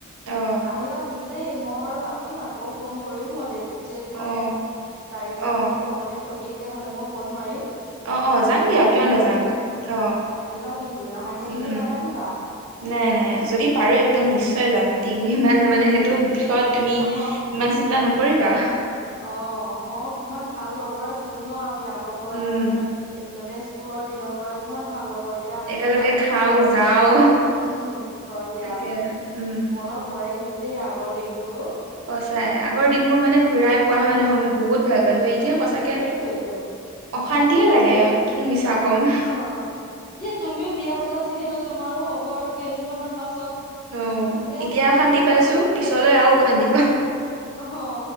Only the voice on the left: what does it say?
আহিবা কিন্তু দেই মই বাৰু মাতিম আকৌ ফোন কৰিম মই দেত। ছেট মানে
তাৰিখটো
মানে সঠিককে হলে মই ফোন মাৰিম।
মানুহজনকো
কৈ
দিম
আহিবা কিন্তু নহাকে
কিন্তু
নাথাকিবা।
অ।
অ হ কিমান ভাল লগৰ আছিলো ন আমি আগৰ পৰা
মানে। এ মানে স্কুলৰ দিনৰ পৰা কিমান ভাল লগৰ এ। তিয়া আহিলে
ভালো
লাগিব উম
হয় দিয়া
মনত। পৰে কিন্তু দেই আগৰ দিনবোৰো।
সেইটোয়েতো
এতিয়া
অ এতিয়া তুমিও বিয়া গলা যিহেতু তোমাৰো হ'ব আৰু কেইদিনমানৰ পাছত।
সেয়া তাৰপাছত
অ হ